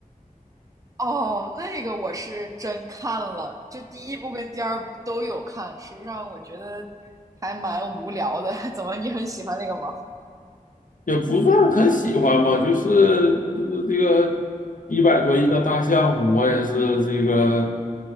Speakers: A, on the right; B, on the left.
A: 哦，那个我是真看了，这第一部跟第二部都有看。实际上，我觉得还蛮无聊的。<laughs> 怎么，你很喜欢那个吗？
B: 也不算很喜欢吧，就是就是这个一百多亿的大项目，我也是这个